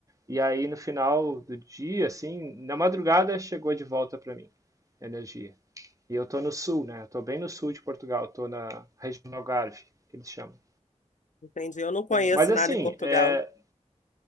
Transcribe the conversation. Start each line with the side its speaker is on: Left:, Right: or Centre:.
Right: E aí no final do dia, assim, na madrugada chegou de volta para mim a energia. E eu tô no sul, né? Eu tô bem no sul de Portugal, tô na região do Algarve, que eles chamam.
Left: Entendi. Eu não conheço
Right: Mas assim,
Left: nada em Portugal.
Right: é,